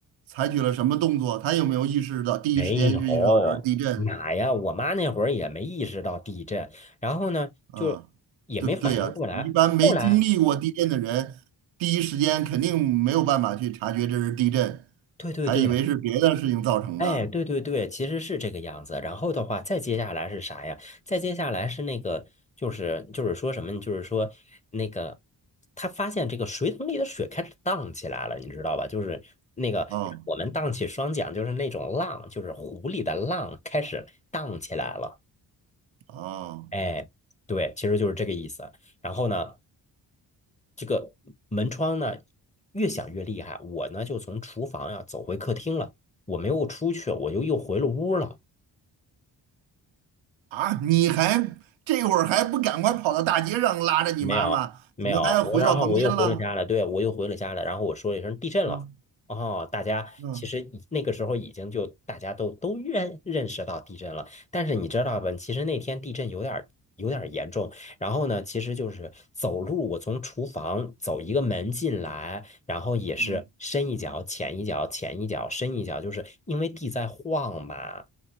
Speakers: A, on the right; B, on the left.
A: 采取了什么动作？她有没有意识到第一时间就意识到这是地震？
B: 没有，哪呀？我妈那会儿也没意识到地震，然后呢，就也没反应过来。
A: 嗯，对对呀，一般没经历过地震的人，
B: 后来，
A: 第一时间肯定没有办法去察觉这是地震，
B: 对对对，
A: 还以为是别的事情造成的。
B: 哎，对对对，其实是这个样子。然后的话，再接下来是啥呀？再接下来是那个，就是就是说什么呢就是说那个，他发现这个水桶里的水开始荡起来了，你知道吧？就是那个我们荡起双桨，
A: 嗯，
B: 就是那种浪，就是湖里的浪开始荡起来了。
A: 哦。
B: 哎，对，其实就是这个意思。然后呢？这个门窗呢越响越厉害，我呢就从厨房呀、啊走回客厅了，我没有出去，我就又回了屋了。
A: 啊，你还这会儿还不赶快跑到大街上拉着你妈妈，
B: 没有，没有，
A: 怎么还回到房间了？
B: 我然后我又回了家了，对，我又回了家了，然后我说了一声地震了，
A: 嗯
B: 哦，大家其实已那个时候已经就大家都都认认识到地震了，
A: 嗯
B: 但是你知道吧，其实那天地震有点儿有点儿严重，然后呢，其实就是走路，我从厨房走一个门进来，然后也是深一脚浅一脚浅一脚深一脚，
A: 嗯
B: 就是因为地在晃嘛，